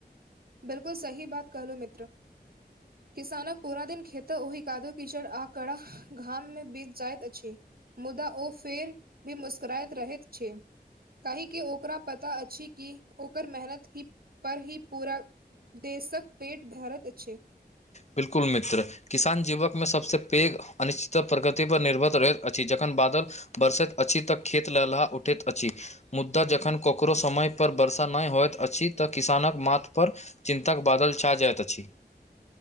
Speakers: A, on the right; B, on the left.
A: बिलकुल सही बात कहलो मित्र किसानक पूरा दिन खेते ओहि कादो कीचड़ आ कड़ा घाम में बीत जाइत अछि मुदा ओ फेर भी मुस्कराइत रहैत छै काहेकि ओकरा पता अछि कि ओकर मेहनत ही पर ही पूरा देशक पेट भरत अछि
B: बिल्कुल मित्र किसान जीवकमे सभसँ पैघ अनिश्चित प्रगतिपर निर्भर रहैत अछि जखन बादल बरसैत अछि तऽ खेत ललहा उठैत अछि मुद्दा जखन ककरो समय पर वर्षा नहि होइत अछि तऽ किसानक माथपर चिता कऽ बादल छा जाइत अछि